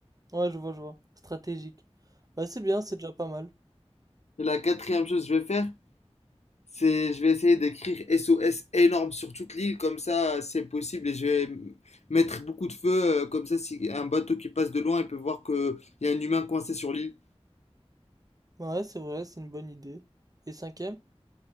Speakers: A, on the right; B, on the left.
A: Ouais, je vois, je vois. Stratégique. Bah, c'est bien, c'est déjà pas mal.
B: Et la quatrième chose que je vais faire, c'est je vais essayer d'écrire SOS énorme sur toute l'île, comme ça c'est possible et je vais m- mettre beaucoup de feux, euh, comme ça si un bateau qui passe de loin, il peut voir qu'il y a un humain coincé sur l'île.
A: Bah ouais, c'est vrai, c'est une bonne idée. Et cinquième?